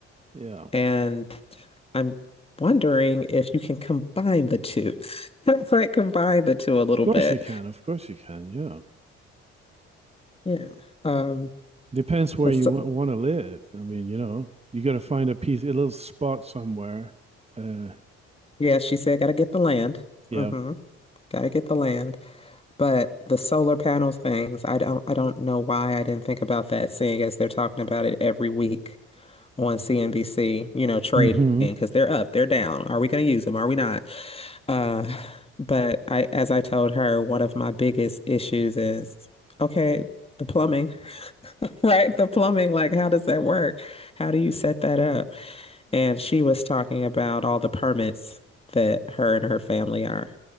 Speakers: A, on the right; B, on the left.
A: yeah,
B: And I'm wondering if you can combine the two. <laughs> Like combine the two a little
A: of course
B: bit.
A: you can. Of course you can. Yeah,
B: Yeah. Um,
A: depends where
B: but
A: you
B: s-
A: want, want to live. I mean, you know, you got to find a piece, a little spot somewhere. Uh,
B: Yeah, she said, gotta get the land.
A: yeah.
B: Mm-hmm. Gotta get the land. But the solar panel things, I don't I don't know why I didn't think about that, seeing as they're talking about it every week on CNBC, you know, trading,
A: Mm-hmm.
B: because they're up, they're down. Are we gonna use them? Are we not? Uh, but I as I told her, one of my biggest issues is okay, the plumbing, <laughs> right? The plumbing, like how does that work? How do you set that up? And she was talking about all the permits that her and her family are